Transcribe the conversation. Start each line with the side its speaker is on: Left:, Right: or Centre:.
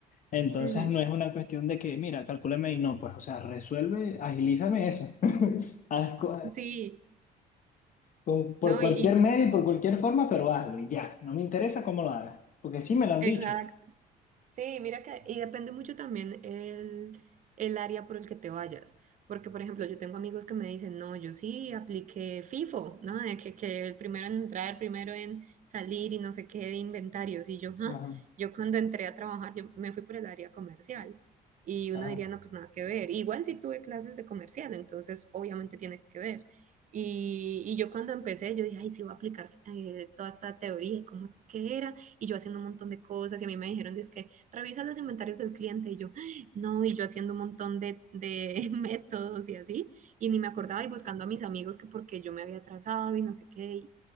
Left: Entonces
Right: Ujú.
Left: no es una cuestión de que, mira, calcúlame y no, pues, o sea, resuelve, agilízame eso. <laughs> Haz cu-
Right: Sí,
Left: con- por
Right: ¿no?
Left: cualquier
Right: Y, y-
Left: medio y por cualquier forma, pero hazlo y ya. No me interesa cómo lo hagas, porque sí me lo han
Right: exacto.
Left: dicho.
Right: Sí, mira que, y depende mucho también el, el área por el que te vayas. Porque, por ejemplo, yo tengo amigos que me dicen, no, yo sí apliqué FIFO, ¿no? De que, que el primero en entrar, primero en salir y no sé qué de inventarios. Y yo, "Ah".
Left: Ajá,
Right: Yo cuando entré a trabajar, yo me fui por el área comercial. Y
Left: ajá.
Right: uno diría, no, pues nada que ver. Igual sí tuve clases de comercial, entonces obviamente tiene que ver. Y, y yo cuando empecé, yo dije, ay, sí, voy a aplicar eh, toda esta teoría y cómo es que era. Y yo haciendo un montón de cosas y a mí me dijeron, es que revisa los inventarios del cliente y yo, no, y yo haciendo un montón de, de <laughs> métodos y así, y ni me acordaba y buscando a mis amigos que porque yo me había atrasado y no sé qué, y